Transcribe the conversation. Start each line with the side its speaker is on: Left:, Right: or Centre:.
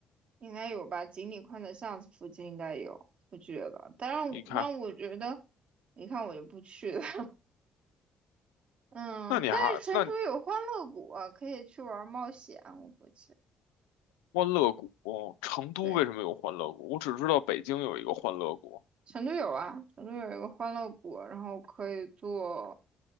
Right: 应该有吧？锦里宽窄巷子附近应该有，我觉得。但是，
Left: 你看，
Right: 但我觉得，你看我就不去了。<laughs> 嗯，
Left: 那你还那
Right: 但是成都有欢乐谷啊，可以去玩冒险，我估计。
Left: 欢乐谷，成都为什么有欢乐谷？
Right: 对，
Left: 我只知道北京有一个欢乐谷。
Right: 成都有啊，成都有一个欢乐谷，然后可以坐